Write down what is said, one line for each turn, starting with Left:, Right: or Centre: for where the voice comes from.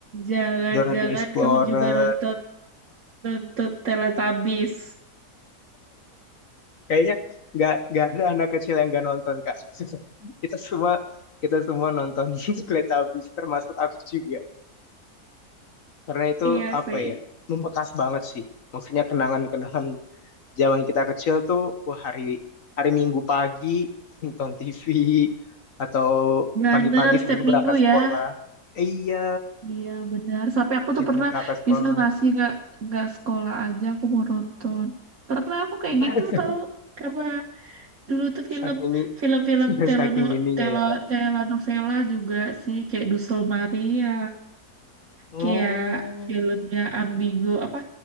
Right: Jangan-jangan
Left: Dora the Explorer.
Right: kamu juga nonton nonton Teletubbies.
Left: Kayaknya nggak nggak ada anak kecil yang nggak nonton Kak. <laughs> Kita semua kita semua nonton <laughs> Teletubbies termasuk aku juga. Karena itu
Right: Iya sih.
Left: apa ya? Membekas banget sih. Maksudnya kenangan-kenangan zaman kita kecil tuh wah hari hari Minggu pagi <laughs> nonton TV atau
Right: Bener,
Left: pagi-pagi
Right: setiap
Left: sebelum berangkat
Right: minggu
Left: sekolah.
Right: ya.
Left: Eh, iya,
Right: Iya bener. Sampai aku
Left: siap
Right: tuh pernah
Left: mau berangkat sekolah.
Right: bisa ngasih nggak nggak sekolah aja aku mau nonton. Pernah aku kayak
Left: <laughs>
Right: gitu tau. Karena dulu tuh film
Left: Saking i-
Right: film-film telono,
Left: <laughs> saking ininya
Right: telo,
Left: ya Kak.
Right: telenovela juga sih kayak Dusel Maria,
Left: Oh.
Right: kayak filmnya Ambigo apa